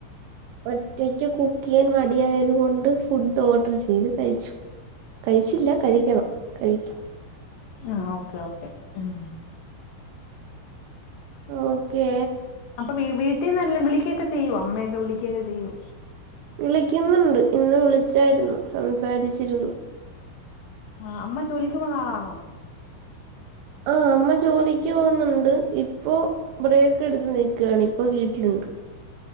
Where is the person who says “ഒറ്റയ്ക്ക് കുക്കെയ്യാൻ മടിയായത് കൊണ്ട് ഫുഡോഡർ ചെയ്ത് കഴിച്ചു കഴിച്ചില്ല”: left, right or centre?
Right